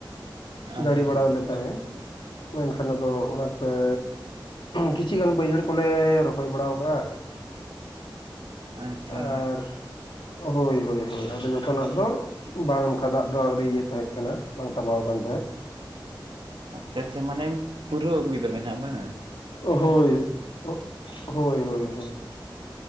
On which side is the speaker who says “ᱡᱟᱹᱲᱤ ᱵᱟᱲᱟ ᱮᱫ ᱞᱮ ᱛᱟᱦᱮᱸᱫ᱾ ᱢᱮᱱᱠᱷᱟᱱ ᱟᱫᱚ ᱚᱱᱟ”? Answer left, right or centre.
Left